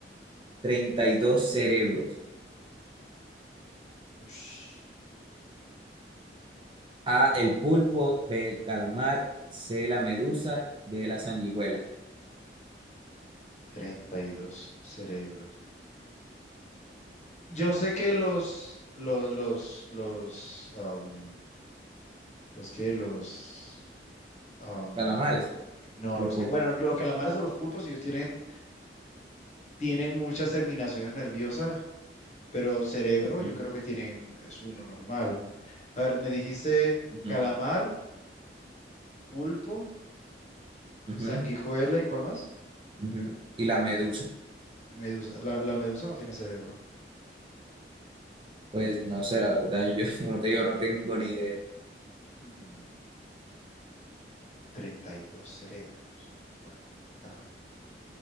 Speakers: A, on the right; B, on the left.
A: 32 cerebros.
B: Ush,
A: A, el pulpo, B, el calamar, C, la medusa, D, la sanguijuela.
B: 32 cerebros. Yo sé que los, los los, los, am, los que los, am,
A: Calamares
B: no,
A: o
B: los
A: los pulpos.
B: que, bueno, los calamares o los pulpos, ellos tienen, tienen muchas terminaciones nerviosas pero cerebro
A: Ujú,
B: yo creo que tienen, es uno normal. A ver, me dijiste
A: ujú,
B: calamar, pulpo,
A: ujú,
B: sanguijuela y ¿cuál más?
A: ujú. Y la medusa.
B: Medusa. La, la medusa no tiene cerebro.
A: Pues no sé, la verdad, yo <laughs> como te digo, no tengo ni idea.
B: Mm, 32 cerebros. What the-